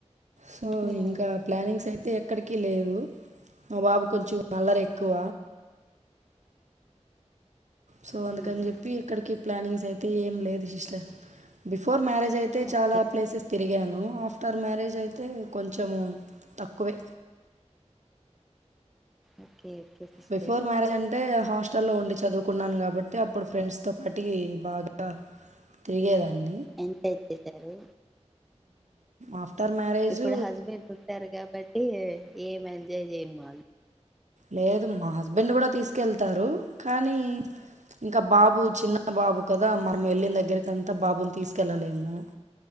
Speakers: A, on the right; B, in the centre.
A: సో
B: ఉమ్
A: ఇంకా ప్లానింగ్స్ అయితే ఎక్ క్కడికి లేదు మా బాబు కొంచెం అల్లరెక్కువ సో అందుకన్
B: ఉమ్
A: చెప్పి ఎక్కడికి ప్లానింగ్స్ అయితే ఏం లేదు సిస్టర్ బిఫోర్ మ్యారేజ్ అయితే
B: ఓకే
A: చాలా ప్లేసెస్ తిరి గాను ఆఫ్టర్ మారేజ్ అయితే కొంచం తక్కువే
B: ఓకే సిస్టర్
A: బిఫోర్ మ్యారేజ్ అంటే హాస్టల్లో ఉండి చదువుకున్నాను కాబట్టి అప్పుడు ఫ్రెండ్స్తో పాటి బాగా తిరిగేదాన్ని
B: ఎంజాయ్ చేసారు
A: ఆఫ్టర్ మ్యారేజ్
B: ఇప్పుడు హస్బెండ్ పుట్టారు కాబట్టి ఏం ఎంజాయ్ చేయ్యము
A: లేదు మా హస్బెండ్ కూడా తీసుకెళ్తారు కానీ ఇంకా బాబు చిన్న బాబు కదా మనం వెళ్ళిన దగ్గరకంతా బాబున్ తీసుకెళ్ళలేము